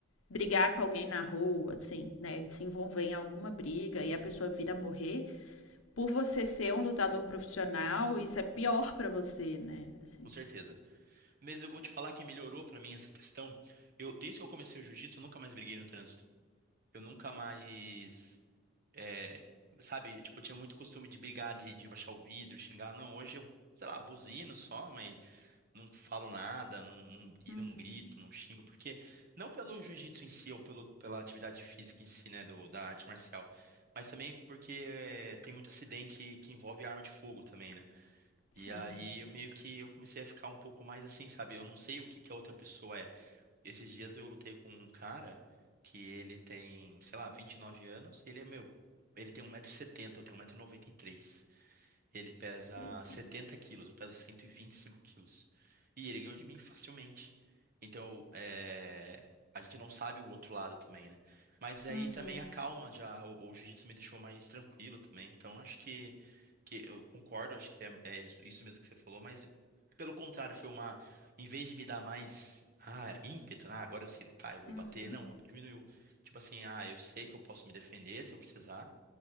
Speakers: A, on the left (about 75°); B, on the right (about 45°).
A: brigar com alguém na rua, assim, né, se envolver em alguma briga e a pessoa vir a morrer, por você ser um lutador profissional, isso é pior pra você, né? Assim.
B: Com certeza. Mas eu vou te falar que melhorou pra mim essa questão. Eu, desde que eu comecei o jiu-jitsu, eu nunca mais briguei no trânsito. Eu nunca mais, é, sabe, tipo, eu tinha muito costume de brigar, de, de baixar o vidro, xingar. Não, hoje eu, sei lá, buzino só, mas não falo nada, não, não, gri-
A: Uhum.
B: não grito, não xingo, porque não pelo jiu-jitsu em si ou pelo, pela atividade física em si, né, do, da arte marcial, mas também porque é, tem muito acidente que envolve arma de fogo também, né?
A: Sim.
B: E aí eu meio que eu comecei a ficar um pouco mais assim, sabe? Eu não sei o que que a outra pessoa é. E Esses dias eu lutei com um cara que ele tem, sei lá, 29 anos. Ele é meu. Ele tem um 170 setenta eu tenho um metro e noventa e três ele pesa
A: Eita.
B: 70 quilos, eu peso cento e e vinte e cinco quilos. E ele ganhou de mim facilmente. Então, é, a gente não sabe o outro lado também, né? Mas aí
A: Uhum.
B: também a calma já, o, o jiu-jitsu me deixou mais tranquilo também. Então, acho que, que eu concordo, acho que é, é isso isso mesmo que você falou, mas pelo contrário, foi uma, em vez de me dar mais, ah, ímpeto, ah, agora eu sei lutar, eu vou
A: Uhum.
B: bater, não, diminuiu. Tipo assim, ah, eu sei que eu posso me defender se eu precisar